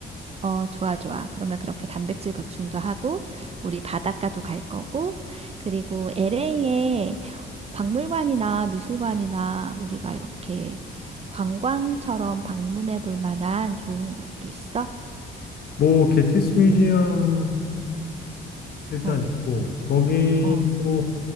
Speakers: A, on the right; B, on the left.
A: 어, 좋아, 좋아. 그러면 그렇게 단백질 보충도 하고, 우리 바닷가도 갈 거고, 그리고 LA에 박물관이나 미술관이나 우리가 이렇게 관광처럼 방문해 볼 만한 좋은 곳도 있어?
B: 뭐 게티스 뮤지엄 일단
A: 어,
B: 있고 거기도
A: 어,